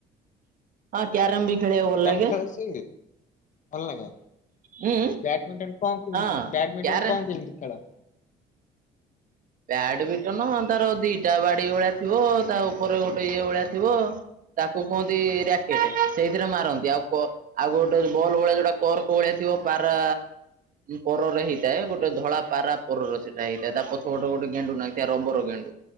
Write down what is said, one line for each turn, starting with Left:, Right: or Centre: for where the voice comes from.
Right: ହଁ କ୍ୟାରମ୍ ବି ଖେଳିବାକୁ
Left: କ୍ୟାରମ
Right: ଭଲ ଲାଗେ।
Left: ଖେଳ ସେ ଭଲ ଲାଗେ
Right: ଉଁ
Left: ବ୍ୟାଡମିଟନ୍ କଣ କେମିତି
Right: ହଁ
Left: ବ୍ୟାଡମିଟନ୍
Right: କ୍ୟାରମ
Left: କଣ କେମିତି ଖେଳ?
Right: ବ୍ୟାଡମିଟନ୍ ତାର ଦିଟା ବାଡି ଭଳିଆ ଥିବ ତା ଉପରେ ଗୋଟେ ଇଏ ଭଳିଆ ଥିବ। ତାକୁ କୁହନ୍ତି ରାକେଟ୍। ସେଇଥିରେ ମାରନ୍ତି। ଆଉ କ ଆଉ ଗୋଟେ ଯୋଉ ବଲ୍ ଭଳିଆ ଯୋଉଟା ତୋର କୋଉଭଳିଆ ଥିବ ପାରା ପରରେ ହେଇଥାଏ, ଗୋଟେ ଧଳା ପାରା ପରରେ ସେଇଟା ହେଇଥାଏ। ତା ପ <unintelligible> ଗୋଟେ ଗେଣ୍ଡୁ ନାଖିଆ ଆର ରବର ଗେଣ୍ଡୁ।